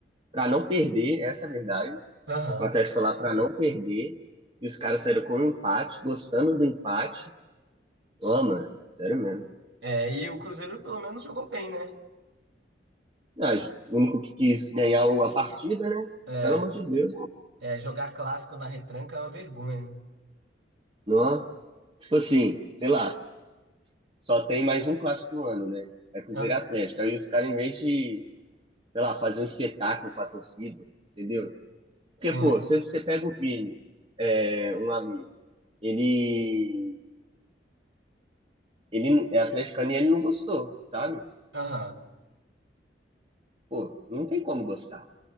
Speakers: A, on the right; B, on the right.
A: pra não perder, essa é a verdade.
B: Aham.
A: O Atlético foi lá pra não perder, e os caras saíram com um empate, gostando do empate. Ó, mano, sério mesmo.
B: É, e o Cruzeiro pelo menos jogou bem, né?
A: Ah, o único que quis ganhar o- a
B: Que,
A: partida,
B: que,
A: né?
B: é,
A: Pelo amor de Deus.
B: é, jogar clássico na retranca é uma vergonha, né?
A: Não, tipo assim, sei lá, só tem mais um clássico no ano, né? É Cruzeiro
B: Ah,
A: e Atlético. Aí os caras, em vez de, sei lá, fazer um espetáculo pra torcida, entendeu? Porque,
B: sim.
A: pô, se você pega o Vini, é, um amigo, ele, ele é atleticano e ele não gostou, sabe?
B: Aham.
A: Pô, não tem como gostar.